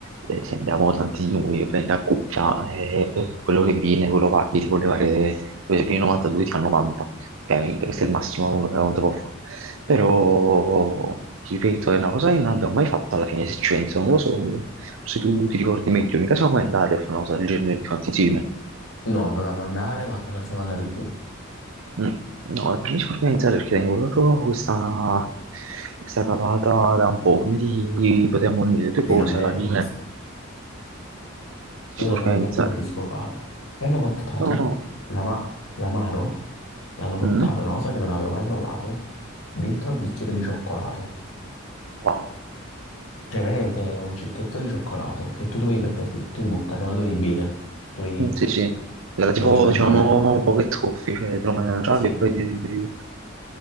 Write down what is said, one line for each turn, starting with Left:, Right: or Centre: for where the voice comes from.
Right: eh, se andiamo tanti di noi, ovviamente a coppia, eh, eh, quello che viene, quello paghi, ti vuole fare, se viene 92 ti fa 90, ovviamente, questo è il massimo che uno che uno può fare. Però, ti ripeto, è una cosa che non abbiamo mai fatto alla fine, se ci penso, non lo so, se tu ti ricordi meglio, mica siamo mai andati a fare una cosa del genere tutti quanti insieme.
Left: No, dovevamo andare, ma non siamo andati più.
Right: Mm. No, preferisco organizzare perché tengo proprio questa, questa cavata da un po', quindi potremmo unire le due
Left: Sì,
Right: cose
Left: a me
Right: alla fine.
Left: sì.
Right: Eh, si
Left: È una
Right: può organizzare.
Left: delle cose che preferisco fare. Poi hanno portato
Right: No, no.
Left: l'ama- l'amaro, l'hanno portato,
Right: Mm.
Left: una cosa che non avevo mai provato, dentro al bicchiere di cioccolato.
Right: Wow.
Left: Cioè, praticamente era un cicchetto di cioccolato che tu dovevi metterti tutto in bocca, cioè non dovevi bere, dovevi,
Right: Mm,
Left: te
Right: Sì, sì. Era tipo,
Left: lo dovevi mangiare.
Right: diciamo, pocket coffee, cioè te lo mangiavi
Left: Sì,
Right: e poi ti bevi.